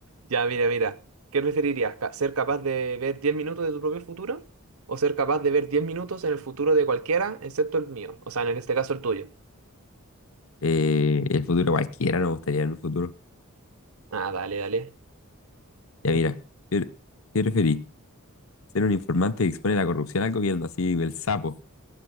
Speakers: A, on the right (about 85°); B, on the left (about 70°).
A: Ya, mira, mira. ¿Qué preferirías? Ca- ¿Ser capaz de ver 10 minutos de tu propio futuro? ¿O ser capaz de ver 10 minutos en el futuro de cualquiera, excepto el mío? O sea, en este caso el tuyo.
B: Eh, el futuro cualquiera, no me gustaría en el futuro.
A: Ah, dale, dale.
B: Ya mira,
A: Eh,
B: ¿qué, qué preferís? ¿Ser un informante que expone la corrupción al gobierno, así el sapo?